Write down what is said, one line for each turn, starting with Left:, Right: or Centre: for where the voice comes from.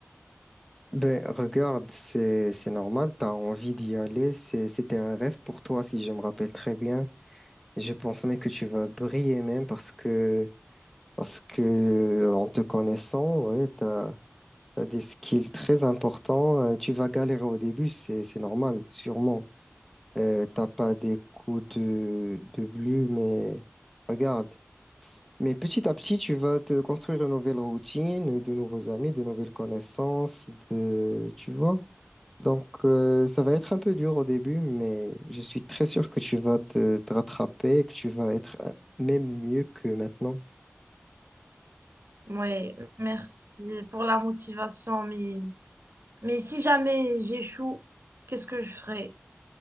Centre: Ben, regarde, c'est, c'est normal. T'as envie d'y aller. C'est, c'était un rêve pour toi, si je me rappelle très bien. Je pense même que tu vas briller même parce que parce que euh, en te connaissant, ouais, t'as, t'as des skills très importants. Euh, tu vas galérer au début, c'est c'est normal, sûrement. Euh, t'as pas des coups de de bleu, mais regarde. Mais petit à petit, tu vas te construire une nouvelle routine, de nouveaux amis, de nouvelles connaissances, de tu vois. Donc, euh, ça va être un peu dur au début, mais je suis très sûr que tu vas te, te rattraper, et que tu vas être euh, même mieux que maintenant.
Right: Ouais, merci pour la motivation, mais, mais si jamais j'échoue, qu'est-ce que je ferai?